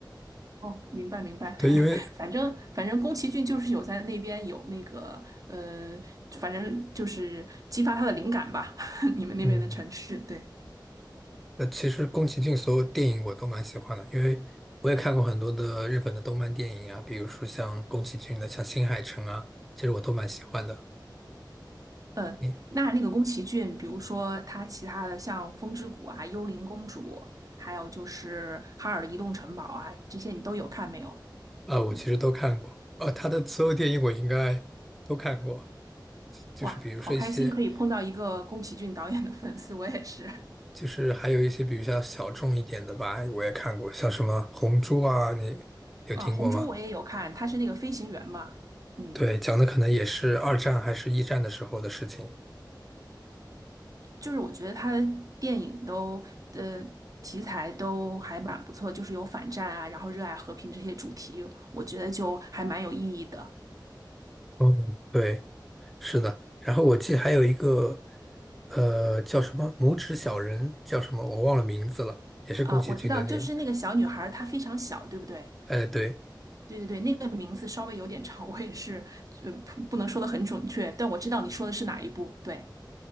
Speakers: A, on the right; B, in the centre.
A: 哦，明白明白，
B: 对，因为
A: <laughs> 反正反正宫崎骏就是有在那边有那个呃，反正就是激发他的灵感吧，<laughs> 你们那边的城市，
B: 嗯，
A: 对。
B: 那其实宫崎骏所有电影我都蛮喜欢的，因为我也看过很多的日本的动漫电影啊，比如说像宫崎骏的像《新海诚》啊，其实我都蛮喜欢的。
A: 嗯，
B: 你
A: 那那个宫崎骏，比如说他其他的像《风之谷》啊、《幽灵公主》，还有就是《哈尔的移动城堡》啊，这些你都有看没有？
B: 啊，我其实都看过，
A: 嗯，
B: 呃，他的所有电影我应该都看过。就是比如说一些，
A: 哇，好开心可以碰到一个宫崎骏导演的粉丝，我也是
B: 就是还有一些比较小众一点的吧，我也看过，像什么《红猪》啊，你有听过吗？
A: 啊，《红猪》我也有看，他是那个飞行员嘛，嗯，
B: 对，讲的可能也是二战还是一战的时候的事情。
A: 就是我觉得他的电影都呃题材都还蛮不错，就是有反战啊，然后热爱和平这些主题，我觉得就还蛮有意义的
B: 嗯，对，是的。然后我记得还有一个，呃，叫什么《拇指小人》，叫什么我忘了名字了，也是宫崎骏的电影。
A: 啊。我知道，就是那个小女孩儿，她非常小，对不对？
B: 哎，对，
A: 对对对，那个名字稍微有点长，我也是，呃，不不能说的很准确，但我知道你说的是哪一部。对，